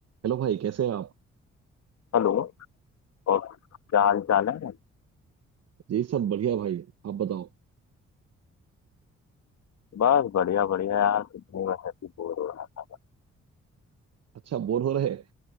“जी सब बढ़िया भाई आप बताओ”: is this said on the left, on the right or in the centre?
Right